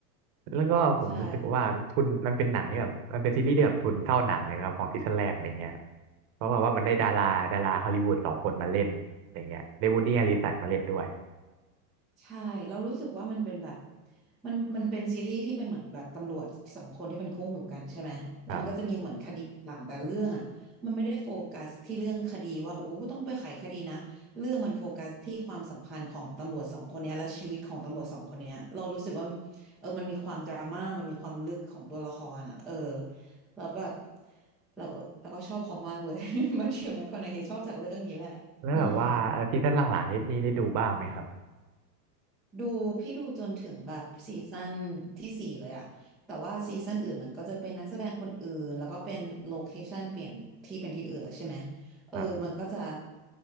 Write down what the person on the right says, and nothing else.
แล้วก็ผมรู้สึกว่าทุนมันเป็นหนังที่แบบมันเป็นซีรีส์ที่แบบทุนเท่าหนังเลยนะครับของซีซั่นแรกอะไรเงี้ย
เพราะว่าว่ามันได้ดาราดาราฮอลลีวูดสองคนมาเล่นอะไรเงี้ยได้วูดดี้แฮริสันมาเล่นด้วย
ครับ
แล้วแบบว่าเอ่อซีซั่นหลังๆนี้นี่ได้ดูบ้างไหมครับ
ครับ